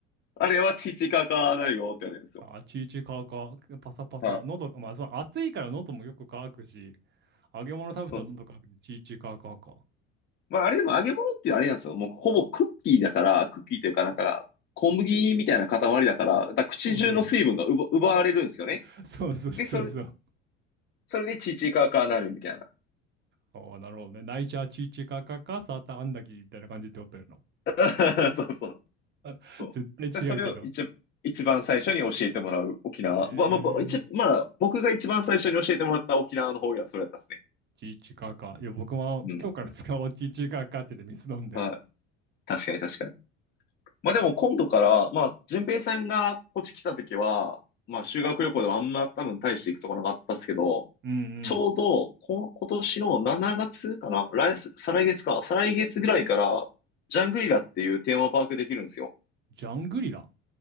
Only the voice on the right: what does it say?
あ、チーチーカーカー。パサパサ。
喉が、まあ、その暑いから喉もよく乾くし。揚げ物食べたら喉乾くんで、
チーチーカーカーか。
そうそう。<laughs> そうそうそうそう。
ああ、なるほどね。ナイチャーチーチーカーカーカー、サーターアンダギーみたいな感じでおったよな。
<laughs>
絶対違うけど。
えー、
チーチーカーカー。いや、僕も今日から使おう、
チーチーカーカーって言って水飲んで。
うんうん。
ジャングリラ。